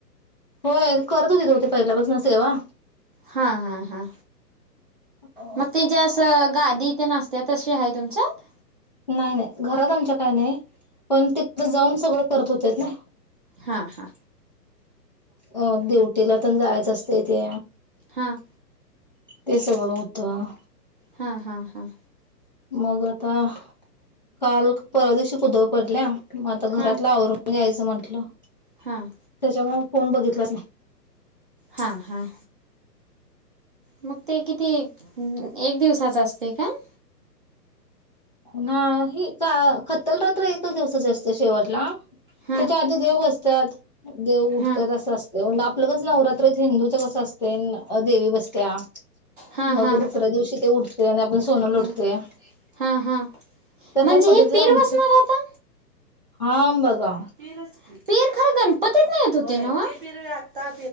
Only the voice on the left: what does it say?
होय करत होतीत ओ ते पहिल्यापासून सेवा.
<unintelligible>
नाही नाही घरात आमच्या काय नाय, पण तिथं जाऊन सगळं करत होतेत नाही.
अ ड्युटीला तेच जायाच असतंय ते
ते सगळं होतं.
मग आता, काल परवा दिवशी कुदळ पडलीया, मग आता
घरातलं आवरून यायचं म्हंटलं.
त्याच्यामुळे फोन बघितलाच नाही.
नाही का खत्तल रात्र एकच दिवसाची असतीय शेवटला
त्याच्या आधी देव बसत्यात, देव उठतात
असं असत तेण आपलं कसं नवरात्र हिंदूच कसं असतंय देवी बसतीया
मग
दुसऱ्या दिवशी ते उठतंय आणि आपण सोनं लूटतोय.
तशाचं
पध्दतीचं
ह्यांचं,
हाम बघा.